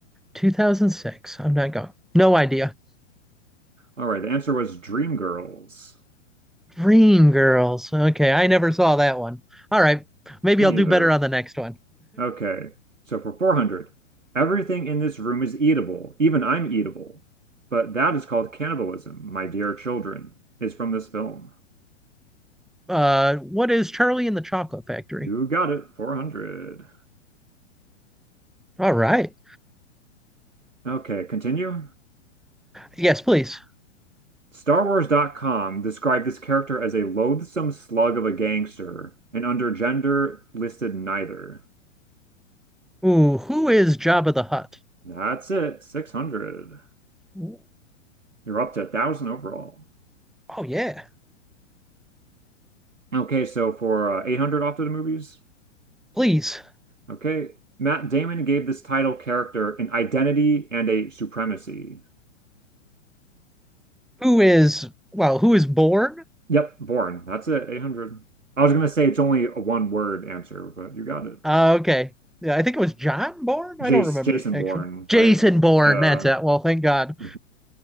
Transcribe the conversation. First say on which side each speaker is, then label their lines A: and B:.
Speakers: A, in the centre; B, on the right.
A: 2006. I'm not going. No idea.
B: All right, the answer was Dreamgirls.
A: Dreamgirls. Okay, I never saw that one. All right, maybe
B: Me
A: I'll do
B: either.
A: better on the next one.
B: Okay, so for 400, everything in this room is eatable, even I'm eatable. But that is called cannibalism, my dear children, is from this film.
A: Uh, what is Charlie and the Chocolate Factory?
B: You got it, 400.
A: All right.
B: Okay, continue.
A: Yes, please.
B: StarWars.com described this character as a loathsome slug of a gangster, and under gender listed neither.
A: Ooh, who is Jabba the Hutt?
B: That's it. 600.
A: Oh
B: You're up to 1,000 overall.
A: yeah,
B: Okay, so for uh, 800 off to the movies.
A: please.
B: Okay. Matt Damon gave this title character an identity and a supremacy.
A: Who is well? Who is born?
B: Yep, Bourne. That's it. 800. I was going to say it's only a one word answer, but you got it.
A: Uh, okay. Yeah, I think it was John Bourne.
B: Jace,
A: I don't remember
B: Jason
A: actually.
B: Bourne,
A: Jason
B: right?
A: Bourne.
B: Yeah.
A: That's it. Well, thank God.
B: <laughs>